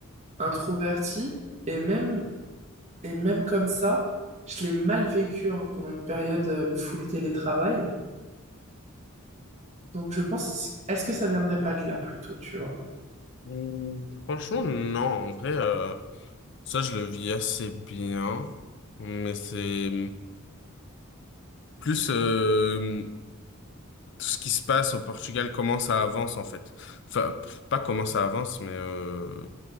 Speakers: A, on the right; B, on the left.
A: introverti et même et même comme ça, je l'ai mal vécu hein, pendant une période euh, le full télétravail. Donc je pense, est-ce que ça viendrait pas de là plutôt, tu vois?
B: Mm, Franchement, non. En vrai, euh, ça, je le vis assez bien. Mais c'est, plus euh, tout ce qui se passe au Portugal, comment ça avance en fait. Enfin, pff, pas comment ça avance, mais euh,